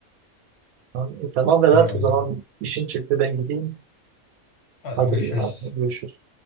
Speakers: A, on the right; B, on the left.
A: Tamam, e, tamam Vedat
B: Öyle oldu.
A: o zaman işim çıktı ben gideyim.
B: Hadi
A: Hadi,
B: görüşürüz.
A: hadi görüşürüz.